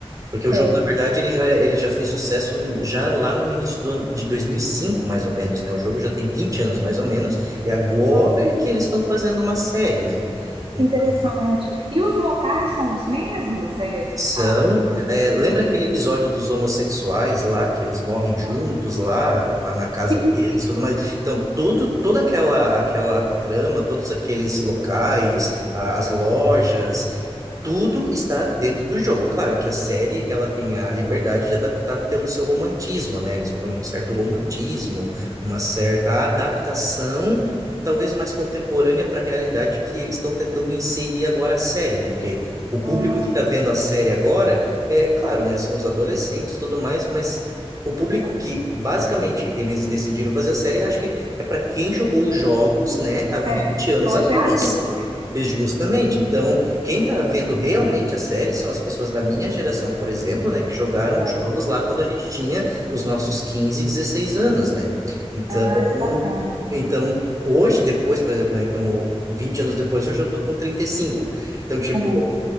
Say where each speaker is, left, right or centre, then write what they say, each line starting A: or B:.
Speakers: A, on the right; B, on the right.
A: Porque o jogo,
B: É.
A: na verdade, ele já, ele já fez sucesso já lá no início do ano de 2005, mais ou menos, né? O jogo já tem 20 anos, mais ou menos, e agora
B: Ah,
A: é que eles estão fazendo uma série, né? Então,
B: que Interessante. E os locais são os mesmos? É,
A: são...
B: a,
A: é, lembra
B: e,
A: aquele episódio dos homossexuais lá, que eles morrem juntos
B: ah,
A: lá, lá na casa
B: sim,
A: deles,
B: sim,
A: tudo mais? Então, tudo, toda aquela, aquela trama, todos aqueles locais, a- as lojas, tudo está dentro do jogo. Claro que a série ela tem a liberdade de adaptar pelo seu romantismo, né? Eles põem um certo
B: sim.
A: romantismo, uma certa adaptação, talvez mais contemporânea para a realidade que eles estão tentando inserir agora a série, né? Porque o público
B: Ah,
A: que está vendo a série agora, é claro, né? São os adolescentes e tudo mais, mas o público que basicamente eles decidiram fazer a série, eu acho que é para quem jogou os jogos, né, há vinte
B: É,
A: anos
B: que hoje
A: atrás.
B: é adulto, né?
A: E Justamente. Então, quem
B: Isso.
A: está vendo realmente a série são as pessoas da minha geração, por exemplo, né, que jogaram
B: É.
A: os jogos lá quando a gente tinha os nossos 15, 16 anos, né? Então,
B: Ah, que bacana.
A: então hoje depois, por exemplo, né, então 20 anos depois, hoje eu tô com 35. Então, tipo,
B: Uhum.